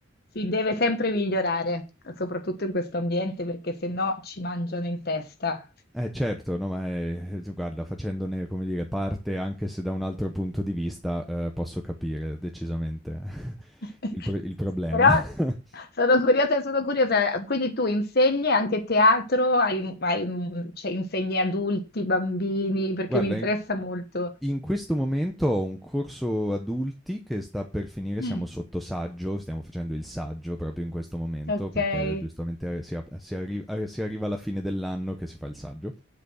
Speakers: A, on the left (about 50°); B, in the centre.
A: si deve sempre migliorare, soprattutto in questo ambiente, perché se no ci mangiano in testa.
B: Eh certo, no, ma è guarda facendone, come dire, parte anche se da un altro punto di vista, ehm, posso capire decisamente <laughs>
A: <laughs>
B: il pro il problema.
A: Però
B: <laughs>
A: sono curiosa, sono curiosa. Quindi tu insegni anche teatro, hai, un- hai un- cioè insegni adulti, bambini, perché
B: Guarda
A: mi interessa
B: in
A: molto.
B: in questo momento ho un corso adulti che sta per finire,
A: Mm.
B: siamo sotto saggio, stiamo facendo il saggio proprio in questo momento
A: Ok,
B: perché
A: eh,
B: eh, giustamente eh, si a si arri eh, si arriva alla fine dell'anno che si fa il saggio.